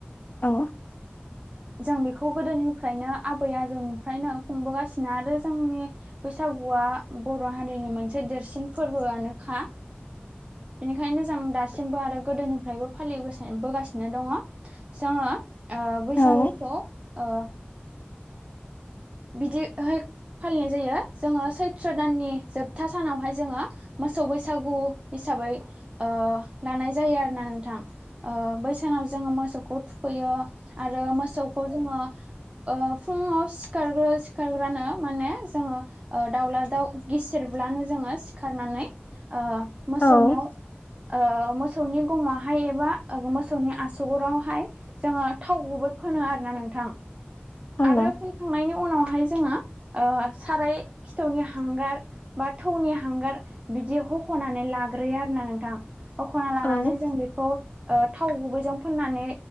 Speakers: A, on the left; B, on the right.
A: औ
B: जों बेखौ गोदोनिफ्रायनो आबै आजौनिफ्रायनो खुंबोगासिनो आरो जोंनि बैसागु फोरबोआ बर' हारिनि मोनसे देरसिन फोरबोआनोखा बेनिखायनो जों दासिमबो आरो गोदोनिफ्रायबो फालिबोगासिनो दङ जोङो
A: औ
B: बैसागुखौ ओ
A: <inaudible>
B: बिदिहाय फालिनाय जायो जोङो सैत्र' दाननि जोबथा सानावहाय जोङो मोसौ बैसागु हिसाबै ओ लानाय जायो आरोना नोंथां ओ बैसानाव जोङो मोसौखौ थुखैयो आरो मोसौखौ जोङो ओ फुङाव सिखारग्रो सिखारग्रानो माने जोङो ओ दाउला दाउ गिसेरब्लानो जोङो सिखारनानै ओ
A: औ
B: मोसौनियाव ओ मो सौनि गंयावहाय एबा मोसौनि आसुगुरावहाय जोङो थाव गुबै फोनो आरोना नों थां
A: औ
B: आरो फैखांनायनि उनावहाय जोंङो ओ साराय खिथौनि हांगार बा थौनि हांगार बिदि हुखनानै लाग्रोयो आरोना नोंथां हुखनालानानै
A: औ
B: जों बेखौ ओ थाव गुबैजों फोननानै